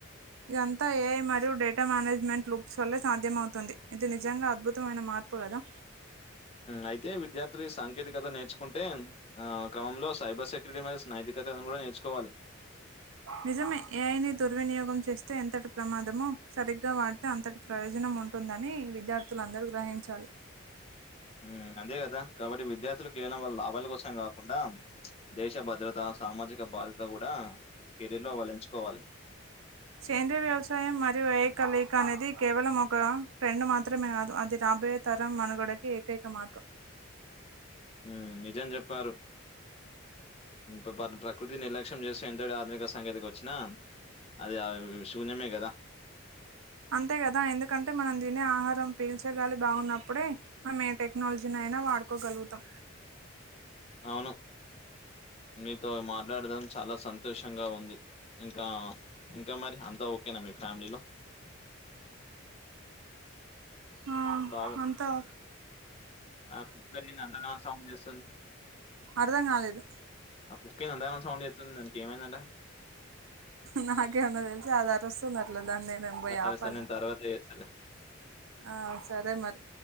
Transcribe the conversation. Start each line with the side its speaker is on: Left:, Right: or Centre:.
Right: ఇదంతా ఏఐ మరియు డేటా మేనేజ్మెంట్ లుప్స్ వల్లే సాధ్యమవుతుంది ఇది నిజంగా అద్భుతమైన మార్పు కదా
Left: అయితే విద్యార్థులు ఈ సాంకేతికత నేర్చుకుంటే ఆ క్రమంలో సైబర్ సెక్యూరిటీ మధస్సు నైతికతను కూడా నేర్చుకోవాలి
Right: నిజమే ఏఐని దుర్వినియోగం చేస్తే ఎంతటి ప్రమాదమో సరిగ్గా వాడితే అంతటి ప్రయోజనం ఉంటుందని విద్యార్థులందరూ గ్రహించాలి
Left: ఉమ్ అదే కదా కాబట్టి విద్యార్థులకు కేవలం వల్ల లాభాల కోసమే కాకుండా దేశ భద్రత సామాజిక బాధ కూడా కెరీర్ లో వాళ్ళు ఎంచుకోవాలి
Right: సేంద్రయ వ్యవసాయం మరియు వ్యయ కలయిక అనేది కేవలం ఒక ట్రెండ్ మాత్రమే కాదు అది రాబోయే తరం మనుగడకి ఏకైక మార్గం
Left: ఉమ్ నిజం చెప్పారు ఇ ప్రకృతి నిర్లక్ష్యం చేస్తే ఎంతటి ఆధునిక సాకేతికత వచ్చినా అది ఆ శూన్యమే కదా
Right: అంతే కదా ఎందుకంటే మనం తినే ఆహారం పీల్చగాలి బాగున్నప్పుడే మనం ఏ టెక్నాలజీని అయినా వాడుకోగలుగుతాం
Left: అవును మీతో మాట్లాడదాం చాలా సంతోషంగా ఉంది ఇంకా ఇంకా మరి అంతా ఓకేనా మీ ఫ్యామిలీలో
Right: ఆ
Left: బాగా
Right: అంత ఓ
Left: ఆ కుక్క ఏంటి అంతగా సౌండ్ చేస్తుంది
Right: అర్థం కాలేదు
Left: ఆ కుక్కేంది అంతగా సౌండ్ చేస్తుంది దానికి ఏమైందంటా
Right: నాకేమన్నా తెలిస అది అరుస్తుంది అట్లా దాన్ని నేనుం పోయి
Left: సరే
Right: ఆపాల
Left: సరే నేను తర్వాత చేస్తాలే
Right: ఆ సరే మరి